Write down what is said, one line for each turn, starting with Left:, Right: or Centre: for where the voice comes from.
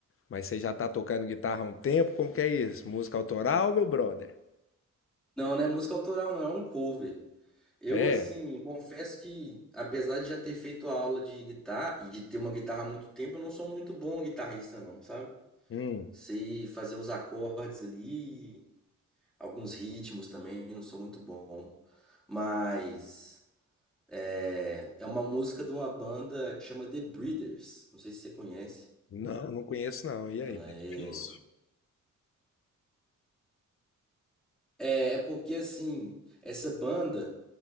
Left: Mas você já tá tocando guitarra há um tempo? Como que é isso? Música autoral, meu brother?
Centre: Não, não é música autoral, não, é um cover. Eu,
Left: É?
Centre: assim, confesso que, apesar de já ter feito aula de guitarra e de ter uma guitarra há muito tempo, eu não sou muito bom guitarrista, não, sabe?
Left: Hum,
Centre: Sei fazer os acordes ali, alguns ritmos também, não sou muito bom. Mas. É, é uma música de uma banda que chama The Breeders. Não sei se você conhece.
Left: não, não conheço não. E
Centre: Ela
Left: aí? É
Centre: é.
Left: Difícil.
Centre: É, é porque assim, essa banda,